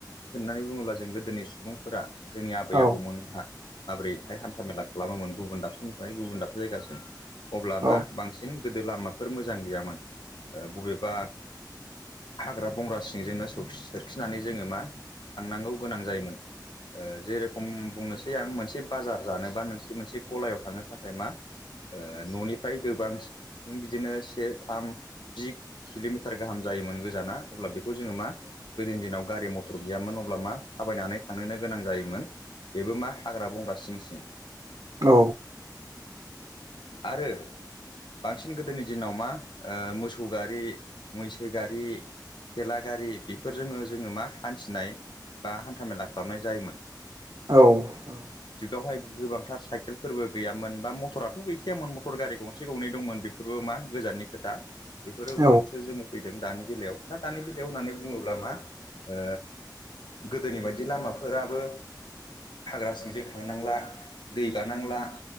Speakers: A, on the left; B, on the right.
A: होननानै बुङोब्ला जों गोदोनि सुबुंफोरा जोंनि आबै
B: औ
A: आबौमोनहा माबोरैहाय हान्था मेला खालामोमोन गुबुन दाबसेनिफ्राय गुबुन दाबसे जायगासिम अब्ला मा
B: औ औ
A: बांसिन गोदो लामाफोर मोजां गैयामोन ओ बबेबा हाग्रा बंग्रा सिंजोंनो सौ-सोरखिनानै जोङो मा थांनांगौ गोनां जायोमोन ओ जेरेखम बुंनोसै आं मोनसे से बाजार जानोबा नों मोनसे गलायाव थांनो थाखाय मा ओ न'निफ्राय गोबां ओम बिदिनो से थाम जि किल'मिटार गाहाम जायोमोन गोजाना। अब्ला बेखौ जोङो मा गोदोनि दिनाव गारि म थर गैयामोन अब्ला मा थाबायनानै थांनोनो गोनां जायोमोन बेबो मा हाग्रा बंग्रा सिं सिं।
B: औ।
A: आरो बांसिन गोदोनि दिनाव मा ओ मोसौ गारि मैसो गारि थेला गारि बेफोरजोंनो जोङो मा हान्थिनाय बा हान्थामेला खालामनाय जायोमोन।
B: औ औ
A: बेवहाय
B: औ
A: गोबांथार। साइकेलफोरबो गैयामोन बा मटराथ' गैखायामोन मटर गारि गंसे गंनै दंमोन बेफोरबो मा गोजाननि खोथा। बेफोरो
B: औ
A: उनावसो जोङो फैदों दानि बेलायाव दा दानि बेलायाव होननानै बुङोब्ला मा ओ गोदोनि बायदि लामाफोराबो हाग्रा सिंजों थांनांला दै गानांला